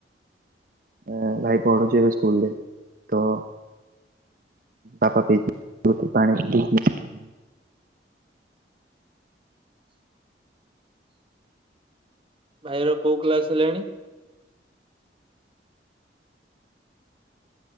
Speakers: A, on the right; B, on the right.
A: ହୁଁ ଭାଇ ପଢୁଛି ଏବେ ସ୍କୁଲରେ ତ ବାପା <unintelligible>
B: ଭାଇର କୋଉଁ କ୍ଲାସ ହେଲାଣି?